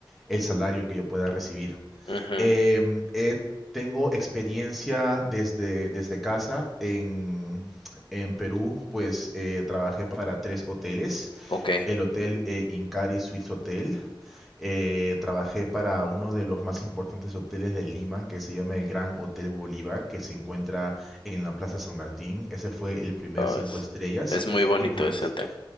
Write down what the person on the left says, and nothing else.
Ujú.
Ok,
oh,
es,
es muy bonito
ese hotel.